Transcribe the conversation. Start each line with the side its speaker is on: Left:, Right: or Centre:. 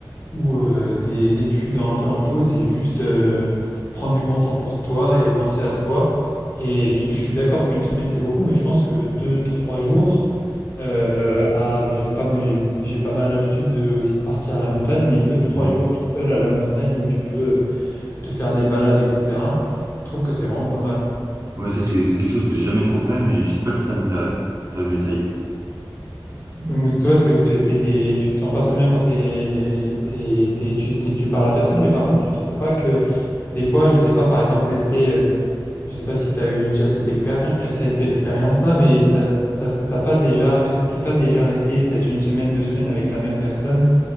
Left: ou euh, tes études un peu en pause et juste euh, prendre du bon temps pour toi et penser à toi. Et je suis d'accord qu'une semaine, c'est beaucoup, mais je pense que deux, trois jours, euh, à, je sais pas, moi j'ai j'ai pas mal l'habitude de, aussi de partir à la montagne, mais deux, trois
Right: ouais.
Left: jours tout seul à la montagne où tu peux euh, te faire des balades, etc. Je trouve que c'est vraiment pas mal.
Right: Ouais, ça, c'est c'est quelque chose que j'ai jamais trop fait, mais je sais pas si ça me plairait. Faudrait que j'essaye.
Left: Donc toi, de- t'es- t'es- t'es- tu te sens pas très bien quand t'es- t'es- t'es- tu, t'es- tu parles à personne, mais par contre, tu trouves pas que Des fois, je sais pas, par exemple, rester, euh, je sais pas si tu as eu déjà cette expéri- euh, cette expérience-là, mais t'as, t'as- t'as pas déjà, re- t'es pas déjà resté peut-être une semaine, deux semaines avec la même personne,